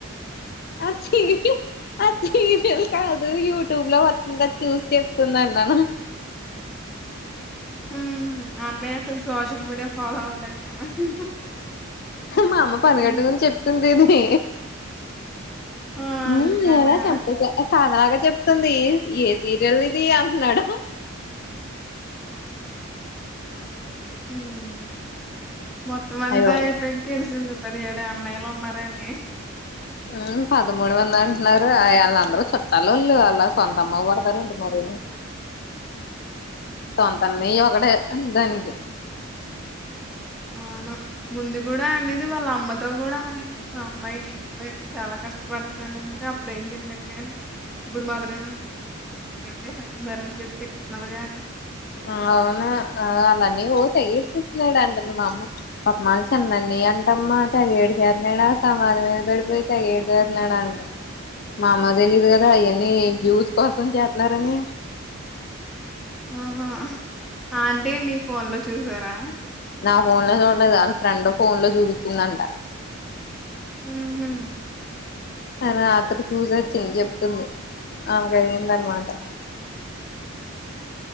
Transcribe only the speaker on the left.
ఆ సీరియల్ ఆ సీరియల్ కాదు యూ టూబ్ లో వచ్చంద చూసి చెప్తున్నా నను
మా అమ్మ పనిగట్టుకుని చెప్తుంది ఇది
ఏ హ
ఎద చపేస అదాగా చెప్తుంది ఏ సీరియల్ ఇది అంటున్నాడు
అయ్యో
ఆ పదమూడు మంది అంటున్నారు అ అందరూ చెప్తా ళ్లు ఆ ళ్ల సొంత అమ్మ కోడతారంటి మరేోను సొంత అన్నయ్య ఒక్కడే దానికీ
అవును అ అన్ని ఓతయి చెప్పలేదు అంటుంది మా అమ్మ పాపం వాళ్ళు చెన్నై నీ అంటమ్మా అంటే ఎడి నాడా సమాధి మీద పడిపోయి తెగ ఏడచెతున్నాడండి అండి మామ తెలిదు కదా అవన్నీ జూసి కోసం చేస్తున్నారని
నా ఫోన్ లో ఫ్రెండ్ ఫోన్ లో చూపిం చిందంట
అ అతడు చూసొచ్చింది చెప్తుంది ఆ జరిగిందన్నమాట